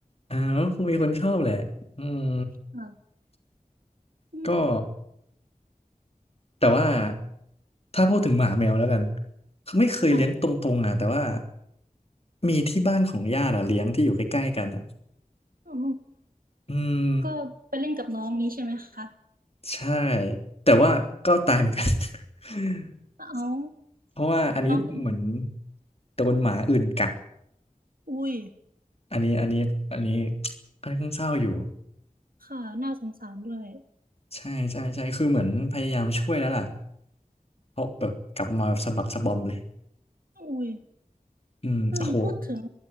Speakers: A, on the left (about 45°); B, on the right (about 80°).
A: อ่าแล้วคงมีคนชอบแหละอืม
B: ค่ะอืม
A: ก็ แต่ว่าถ้าพูดถึงหมาแมวแล้วกันไม่เคยเลี้ยงตรงๆอ่ะแต่ว่า
B: ค่ะ
A: มีที่บ้านของญาติอ่ะเลี้ยงที่อยู่ใกล้ๆกันอ่ะ
B: อ๋อ
A: อืม
B: ก็ไปเล่นกับน้องนี้ใช่ไหมคะ
A: ใช่แต่ว่าก็ตายเหมือนกัน <laughs>
B: เอา
A: เพราะว่าอันนี้เหมือน
B: น้องเป็น
A: โดนหมาอื่นกัด
B: อุ้ย
A: อันนี้อันนี้อันนี้ค่อนข้างเศร้าอยู่
B: ค่ะน่าสงสารด้วย
A: ใช่ใช่ใช่คือเหมือนพยายามช่วยแล้วล่ะเพราะแบบกลับมาแบบสะบักสะบอมเลย
B: อุ้ย
A: อืมโอ้โห
B: เออพูดถึง